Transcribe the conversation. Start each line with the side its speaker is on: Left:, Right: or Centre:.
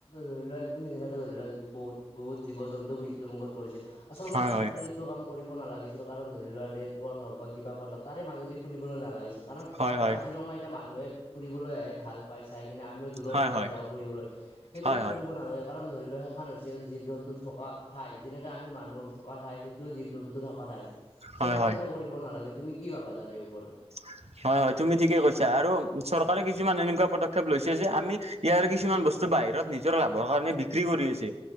Left: ধৰি লোৱা তুমি যেনেকে ধৰি লোৱা বহুত - বহুত জীৱ - জন্তু মৃত্যুুৰ মুখত পৰিছে। আচল মতে
Right: হয়
Left: চৰকাৰে এইটো কাম কৰিব নালাগিছিল কাৰণ ধৰি লোৱা ৰেড পল হওক বা কিবা পল হওক তাৰে মাজেদি খুলিবলৈ নালাগিছিল। কাৰণ
Right: হয়
Left: এইটো
Right: হয় হয়
Left: কাজিৰঙা এতিয়া মানুহে ফুৰিবলৈ আহে ভাল পাই চাই কিনে, আমিও দূৰৰ
Right: হয়
Left: পৰা
Right: হয় হয়
Left: যাওঁ ফুৰিবলৈ। সেইবিলাক
Right: হয়
Left: কৰিব নালাগে। কাৰণ ধৰি লও সেইখন হৈছে জীৱ - জন্তু থকা ঠাই। যেনেকে আমি মান নুহ থকা ঠাই হিটো জীৱ - জন্তু থকা ঠাই। আচলতে
Right: হয় হয়
Left: সেইটো কৰিব নালাগে। তুমি কি ভাবা তাৰ এই ওপৰত?
Right: <inaudible> হয় হয় তুমি ঠিকেই কৈছা আৰু চৰকাৰে কিছুমান এনেকুৱা পদক্ষেপ লৈছে যে আমি ইয়াৰ কিছুমান বস টো বাহিৰত নিজৰ লাভৰ কাৰণে বিক্ৰী কৰি আছে।